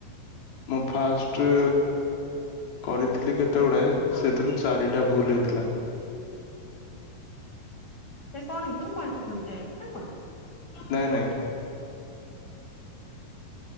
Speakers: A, on the left (about 85°); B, on the left (about 25°).
A: ମୁଁ ଫାଷ୍ଟ କରିଥିଲି କେତେ ଗୁଡ଼େ ସେଥିରୁ ଚାରିଟା ଭୁଲ ହେଇଥିଲା।
B: ଓହୋ ସେ କଣ କି ମଲଟିପୁଲଚଏସ୍ ନା କଣ?
A: ନାଇଁ, ନାଇଁ।
B: ଆଉ।